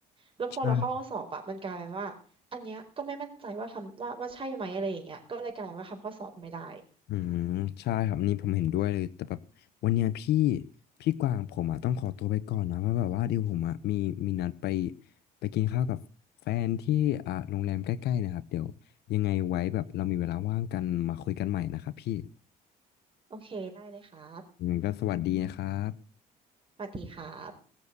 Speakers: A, on the right (about 30°); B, on the left (about 75°).
A: แล้วพอเราเข้าห้องสอบอะมันกลายเป็นว่าอันเนี้ยก็ไม่มั่นใจว่าทำว่าว่าใช่ไหมอะไรอย่างเงี้ยก็เลยกลายเป็นว่าทำข้อสอบไม่ได้
B: ใช่อืมใช่ครับนี่ผมเห็นด้วยเลยแต่แบบวันเนี้ยพี่พี่กวางผมอ่ะต้องขอตัวไปก่อนนะเพราะแบบว่าเดี๋ยวผมอ่ะมีมีนัดไปไปกินข้าวกับแฟนที่อ่าโรงแรมใกล้ๆนะครับเดี๋ยวยังไงไว้แบบเรามีเวลาว่างกันมาคุยกันใหม่นะครับพี่
A: โอเคได้เลยครับ
B: ยังไงก็สวัสดีนะครับ
A: สวัสดีครับ